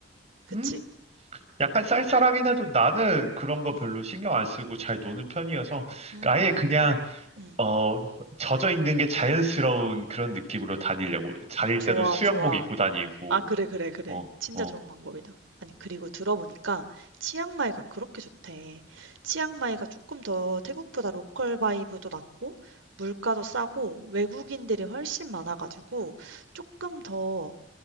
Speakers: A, on the right (about 85°); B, on the right (about 35°).
A: 그치?
B: 응? 약간 쌀쌀하긴 해도 나는 그런 거
A: 음.
B: 별로 신경 안 쓰고 잘 노는 편이어서
A: 음.
B: 아예 그냥
A: 음.
B: 어 젖어 있는 게 자연스러운 그런 느낌으로 다니려고 다닐
A: 좋아,
B: 때도 수영복
A: 좋아.
B: 입고 다니고
A: 아 그래, 그래, 그래.
B: 어
A: 진짜
B: 어.
A: 좋은 방법이다. 아니 그리고 들어보니까 치앙마이가 그렇게 좋대. 치앙마이가 조금 더 태국보다 로컬 바이브도 낮고 물가도 싸고 외국인들이 훨씬 많아 가지고 조금 더